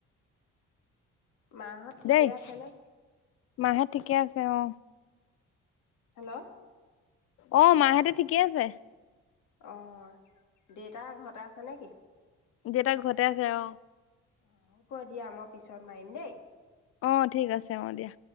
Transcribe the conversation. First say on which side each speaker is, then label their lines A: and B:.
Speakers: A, on the left; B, on the left.
A: মাহঁত ঠিকে
B: দেই
A: আছেনে
B: মাহে ঠিকে আছে অ।
A: হেল্ল'
B: অ মাহেঁতে ঠিকেই আছে।
A: অ দেউতা ঘৰতে আছে নেকি?
B: দেউতাক ঘৰতে আছে অহ।
A: অ হ'ব দিয়া মই পিছত মাৰিম দেই
B: আহ ঠিক আছে অ দিয়া